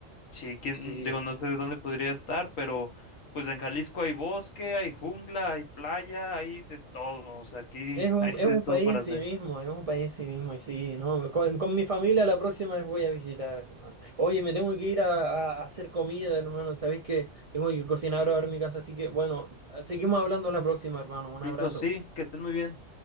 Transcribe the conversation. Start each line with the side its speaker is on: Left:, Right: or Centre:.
Left: sí, quién,
Right: Sí,
Left: digo, no sé dónde podría estar, pero pues en Jalisco hay bosque, hay jungla, hay playa, hay de todo, o sea, aquí
Right: es un,
Left: <laughs> hay
Right: es
Left: de
Right: un
Left: todo
Right: país
Left: para
Right: en sí
Left: hacer.
Right: mismo, es un país en sí mismo, y sí, ¿no? Con, con mi familia la próxima vez voy a visitar, hermano. Oye, me tengo que ir a, a- a hacer comida, hermano, sabéis que tengo que cocinar ahora en mi casa, así que bueno, seguimos hablando la próxima, hermano. Un
Left: Listo,
Right: abrazo.
Left: sí, que estés muy bien.